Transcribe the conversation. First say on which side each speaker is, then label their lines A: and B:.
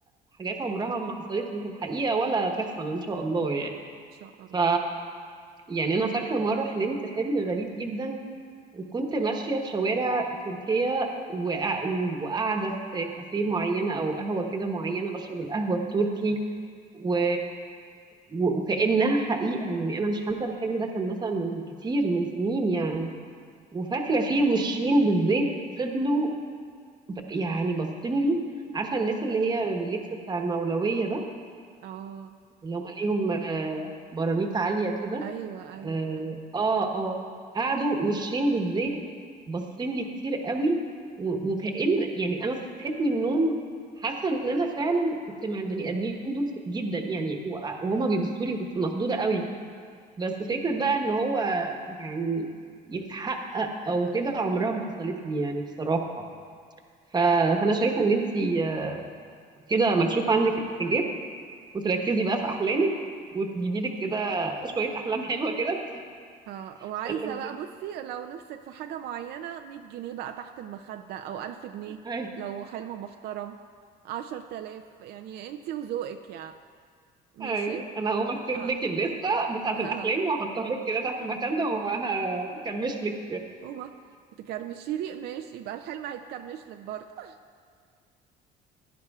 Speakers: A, on the right; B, on the right.
A: حاجات عمرها ما حصلت لي في الحقيقة ولا تحصل إن شاء الله يعني
B: شاء الله
A: ف يعني أنا فاكرة مرة حلمت حلم غريب جدا وكنت ماشية في شوارع تركيا وقا- وقاعدة في كافيه معينة أو قهوة كده معينة بشرب القهوة التركي و... و- وكأنها حقيقة يعني أنا مش هنسى الحلم ده كان مثلا من كتير من سنين يعني وفاكرة فيه وشين بالزيت فضلوا يعني باصين لي عارفه الناس اللي هي باللبس بتاع المولويه ده
B: اه
A: اللي هم ليهم آه، برانيت عاليه كده
B: ايوه ايوه
A: اه
B: ايوه
A: اه آه. قعدوا وشين بالزيت باصين لي كتير قوي و- وكأن يعني انا صحيت من النوم حاسه ان انا فعلا كنت مع البني ادمين دول جدا يعني و- وهما بيبصوا لي كنت مخضوضه قوي بس فكره بقى ان هو يعني يتحقق او كده عمرها ما حصلت لي يعني بصراحه ف... فانا شايفه ان انتي آه، كده مكشوف عنك الحجاب وتركزي بقى في احلامك وتجيبي لك كده شويه احلام حلوه كده
B: اه وعايزة
A: عشان لما
B: بقى بصي لو نفسك في حاجة معينة مية جنيه بقى تحت المخدة أو ألف جنيه
A: أيوة.
B: لو حلم محترم عشر تلاف يعني انتي وذوقك يعني ماشي
A: اي أي. انا هقوم اكتب
B: اه
A: لك الليسته بتاعه
B: اه
A: الاحلام واحطها لك كده تحت المخده ومعاها كرمش لك
B: هو تكرمشي لي ماشي يبقى الحلم هيتكرمش لك برضه